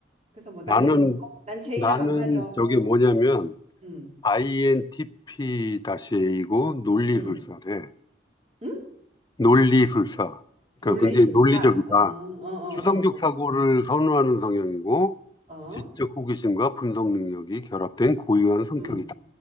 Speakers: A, on the right; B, on the left.
A: 그래서 뭐 나는
B: 나는,
A: 뭐, 어, 난 제이랑
B: 나는
A: 안 맞아. 뭐,
B: 저게 뭐냐면,
A: 뭐 음,
B: INTP-A이고, 논리술사래.
A: 음, 음?
B: 논리술사. 그러니까
A: 논리술사.
B: 굉장히 논리적이다.
A: 어, 어,
B: 추상적 사고를
A: 어,
B: 선호하는 성향이고
A: 어, 어,
B: 지적
A: 어,
B: 호기심과 분석 능력이 결합된 고유한 성격이다.
A: 음,